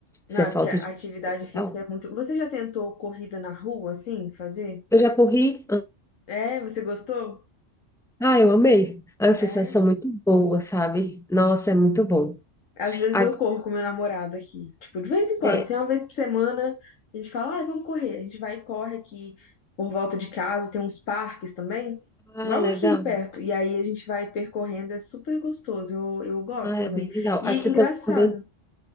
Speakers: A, in the centre; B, on the left.
A: Isso
B: Não,
A: é
B: é
A: falta
B: porque a
A: de
B: atividade
A: ideal.
B: física é muito. Você já tentou corrida na rua, assim, fazer?
A: Eu já corri,
B: É, você gostou?
A: ah, eu amei. É uma sensação
B: É.
A: muito boa, sabe? Nossa, é muito bom.
B: Às vezes
A: Aqui,
B: eu corro com meu namorado aqui. Tipo, de vez em quando,
A: é,
B: assim, uma vez por semana, a gente fala, ai, vamos correr. A gente vai e corre aqui por volta de casa, tem uns parques também,
A: ah,
B: logo
A: legal.
B: aqui perto. E aí a gente vai percorrendo, é super gostoso. Eu, eu gosto
A: Ah,
B: também.
A: é bem legal.
B: E
A: Aqui
B: engraçado,
A: também.